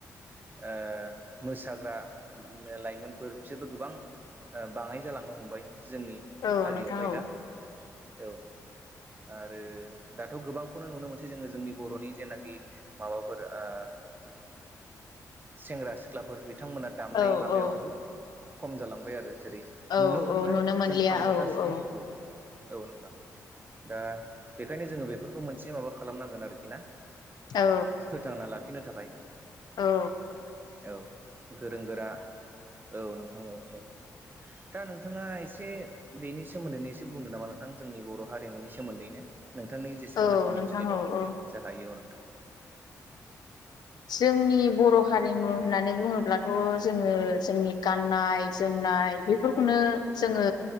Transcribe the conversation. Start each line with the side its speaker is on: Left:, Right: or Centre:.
Right: ओ मोसाग्रा लाइमोनफोर बिसोरबो गोबां ओ बाङाय जालांनो हमबाय जोंनि
Left: औ
Right: हारियावहाय
Left: नोंथां औ
Right: दा औ आरो दाथ' गोबांखौनो नुनो मोनसै जोङो जोंनि बर'नि जेनाखि माबाफोर ओ सेंग्रा सिख्लाफोर बि बिथांमोना दामनाय
Left: औ
Right: माबायाव
Left: औ
Right: बुहुद खम जालांबाय आरो जेरै
Left: औ
Right: नुनो मोनला
Left: औ नुनो मोनलिया
Right: जों खामजथा
Left: औ
Right: सिफुंफोरखौ
Left: औ
Right: औ नोंथां दा बेखायनो जोङो बेफोरखौ मोनसे माबा खालामनांगोन आरोखि ना
Left: औ
Right: ओ फोथांना लाखिनो थाखाय
Left: औ
Right: औ गोरों गोरा औ नोंथां औ औ दा नोंथाङा एसे बेनि सोमोन्दैनो एसे बुंदों नामा नोंथां जोंनि बर' हारिमुनि सोमोन्दैनो नोंथांनि जेसेबांनाखि
Left: औ
Right: मिथिनाय
Left: नोंथां औ
Right: दं
Left: औ
Right: जा हायो औ नोंथां
Left: जोंनि बर' हारि हारिमु होननानै बुङोब्लाथ' जोङो जोंनि गाननाय जोमनाय बेफोरखौनो जोङो